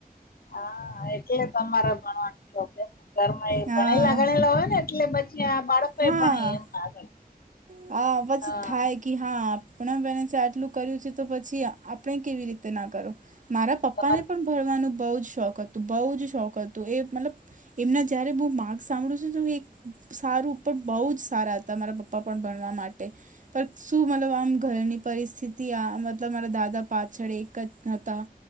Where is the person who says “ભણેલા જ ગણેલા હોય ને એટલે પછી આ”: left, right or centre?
Left